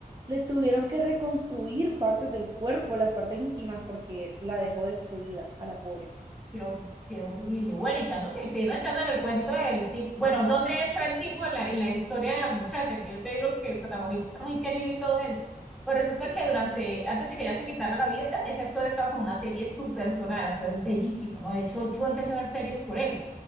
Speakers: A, on the right; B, in the centre.
A: le tuvieron que reconstruir partes del cuerpo, las partes íntimas, porque la dejó destruida a la pobre.
B: Qué, hor- qué horrible. Bueno, y echándote, y siguiendo echándole el cuento del tipo. Bueno, ¿dónde entra el tipo en la, en la historia de la muchacha? Que yo te digo que el protagonista es muy querido y todo él. Pues resulta
A: Sí.
B: que durante, antes de que ella se quitara la vida, ese actor estaba con una serie súper sonada, actor es bellísimo, ¿no? De hecho, yo empecé a ver series por él.